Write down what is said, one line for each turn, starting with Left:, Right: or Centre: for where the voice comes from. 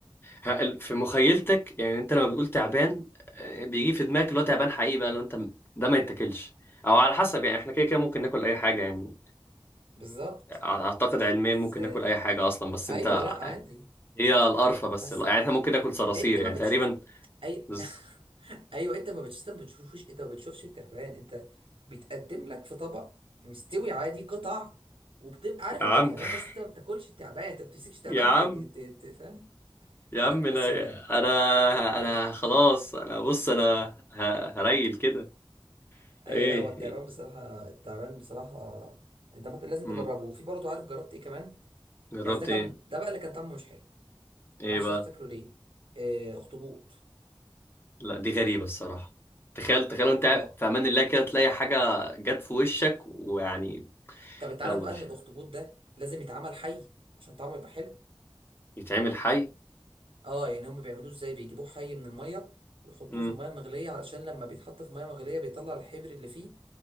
Left: ه- في مخيلتك يعني انت لما بتقول تعبان آه، بيجي في دماغك اللي هو تعبان حقيقي بقى لو انت م- ده ما يتاكلش او على حسب يعني احنا كده كده ممكن ناكل اي حاجه يعني
Right: بالظبط
Left: أع- اعتقد علميا
Right: بس
Left: ممكن
Right: آه،
Left: ناكل اي حاجه اصلا بس
Right: ايوه
Left: انت ع-
Right: لا عادي
Left: هي القرفه بس
Right: بس
Left: ال- يعني احنا ممكن ناكل صراصير
Right: انت ما
Left: يعني
Right: بتشوف
Left: تقريبا
Right: اي
Left: بز-
Right: <laughs> ايوه انت ما بتشوفش انت ما بتشوفش انت ما بتشوفش التعبان انت بيتقدم لك في طبق مستوي عادي قطع وبتبقى عارف
Left: يا
Right: ان
Left: عم
Right: ده تعبان
Left: <laughs>
Right: بس انت ما بتاكلش التعبان انت ما بتمسكش تعبان
Left: يا عم
Right: تج- ت- ت- فاهم
Left: يا
Right: لا
Left: عم انا
Right: بس هو جامد
Left: انا
Right: لا
Left: انا
Right: لا
Left: خلاص انا بص انا ه- هريل كده
Right: ايوه
Left: ايه
Right: لا هو التعبان
Left: إيه؟
Right: بصراحه التعبان بصراحه انت ممكن لازم
Left: مم.
Right: تجربه وفي برضه عارف جربت ايه كمان
Left: جربت
Right: بس ده كان
Left: ايه
Right: ده بقى اللي كان طعمه مش حلو ما
Left: ايه
Right: اعرفش
Left: بقى
Right: الناس بتاكله ليه آه، اخطبوط
Left: لا دي غريبة الصراحة تخيل تخيل وانت
Right: اه
Left: قاعد في امان الله كده تلاقي حاجة جت في وشك ويعني
Right: طب انت عارف
Left: يلا
Right: بقى
Left: مش
Right: ان الاخطبوط ده لازم يتعمل حي عشان طعمه يبقى حلو
Left: يتعمل حي
Right: اه يعني هم بيعملوه ازاي بيجيبوه حي من الميه ويحطوه
Left: مم.
Right: في الميه المغليه علشان لما بيتحط في ميه مغليه بيطلع الحبر اللي فيه